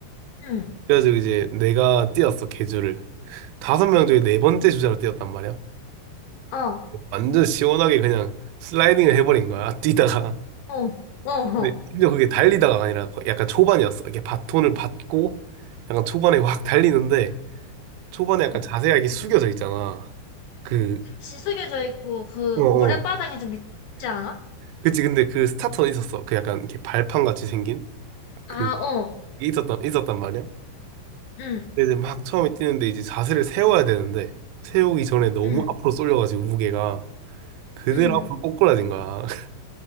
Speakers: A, on the left (about 75°); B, on the right (about 85°).
A: 응.
B: 그래가지고 이제 내가 뛰었어, 개주를. 다섯 명 중에 네 번째 주자로 뛰었단 말이야.
A: 어,
B: 완전 시원하게 그냥 슬라이딩을 해버린 거야, <laughs> 뛰다가.
A: 어, 어,
B: 근데
A: 어.
B: 심지어 그게 달리다가 아니라 약간 초반이었어. 이게 바톤을 받고 약간 초반에 확 달리는데 초반에 약간
A: 응.
B: 자세가 이렇게 숙여져 있잖아. 그,
A: 지숙여져 있고, 그,
B: 어, 어.
A: 모래바닥이 좀 미끄럽지 않아?
B: 그치, 근데 그 스타터는 있었어. 그 약간 이렇게 발판 같이 생긴? 그,
A: 아, 어.
B: 게 있었단, 있었단 말이야.
A: 응,
B: 근데 막 처음에 뛰는데 이제 자세를 세워야 되는데 세우기 전에 너무
A: 응,
B: 앞으로 쏠려가지고 무게가 그대로
A: 응,
B: 앞으로 꼬꾸라진 거야. <laughs>